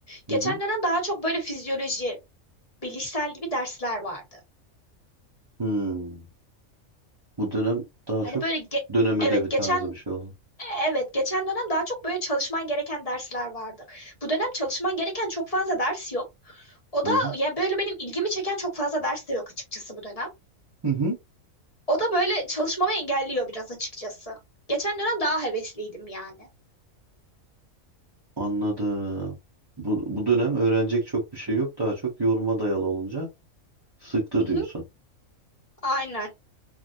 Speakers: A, on the left; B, on the right.
A: Geçen
B: Hı hı.
A: dönem daha çok böyle fizyoloji, bilişsel gibi dersler vardı.
B: Hmm. Bu dönem daha
A: Hani
B: çok
A: böyle ge-
B: dönem ödevi
A: evet
B: tarzı
A: geçen
B: bir şey oldu.
A: evet geçen dönem daha çok böyle çalışman gereken dersler vardı. Bu dönem çalışman gereken çok fazla ders yok. O
B: Hı
A: da
B: hı.
A: ya böyle benim ilgimi çeken çok fazla ders de yok açıkçası bu dönem.
B: Hı hı.
A: O da böyle çalışmamı engelliyor biraz açıkçası. Geçen dönem daha hevesliydim yani.
B: Anladım. Bu, bu dönem öğrenecek çok bir şey yok. Daha çok yoruma dayalı olunca sıktı
A: Hı
B: diyorsun.
A: hı, aynen.